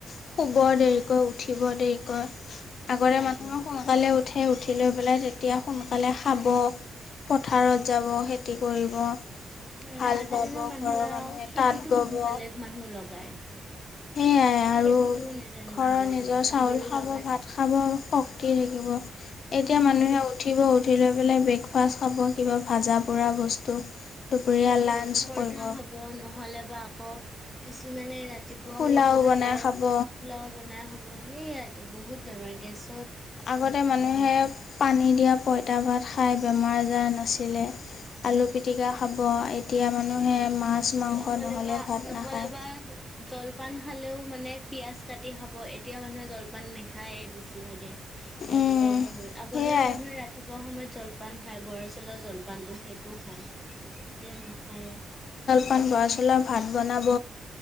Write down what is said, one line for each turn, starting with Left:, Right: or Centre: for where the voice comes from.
Left: শুব দেৰিকৈ উঠিব দেৰিকৈ আগতে
Centre: সেইয়াতো
Left: মানুহ সোনকালে উঠে, উঠি খেতি লৈ পেলাই তেতিয়া সোনকালে খাব পথাৰত যাব খেতি কৰিব
Centre: সেয়া
Left: হাল
Centre: আজিৰ
Left: বাব,
Centre: দিনৰ
Left: ঘৰৰ
Centre: আৰু
Left: মানুহে
Centre: খেতিতো
Left: তাঁত ব'ব।
Centre: বেলেগ মানুহ লগায়
Left: সেয়াই আৰু
Centre: খেতিটো নিজে নকৰে
Left: ঘৰৰ নিজৰ চাউল
Centre: হাতুৰি
Left: খাব
Centre: লগাই
Left: ভাত খাব শক্তি থাকিব, এতিয়া মানুহে
Centre: উম
Left: উঠিব! উঠি লৈ পেলাই বেগ ফাষ্ট খাব কিবা ভাজা পোৰা বস্তু। দুপৰীয়া
Centre: সেইয়াইটো
Left: লাঞ্চ
Centre: পৰঠা
Left: কৰিব
Centre: খাব নহ'লে বা আকৌ কিছুমানে ৰাতি ৰাতিপুৱা
Left: পোলাও
Centre: সময়তে
Left: বনাই খাব
Centre: পোলাও বনাই খাব সেইয়াইটো বহুত বেমাৰ, গেছ
Left: আগতে মানুহে পানী দিয়া পঁইতা ভাত খাই, বেমাৰ-আজাৰ নাছিলে। আলু পিতিকা খাব, এতিয়া মানুহে মাছ মাংস
Centre: নহলে বা
Left: ভাত
Centre: নহ'লে
Left: নাখায়
Centre: বা জলপান খালেও মানে পিয়াজ কাটি খাব এতিয়া মানুহে জলপান নাখায় বেছিভাগে ৰাতিপুৱা
Left: উম,
Centre: সময়ত, আগৰ
Left: সেয়াই
Centre: দিনৰ মানুহে ৰাতিপুৱা সময়ত জলপান খায় বৰা চাউলৰ জলপানটো সেইটো খায়, এতিয়া নাখায়।
Left: অকণ বৰা চাউলৰ ভাত বনাব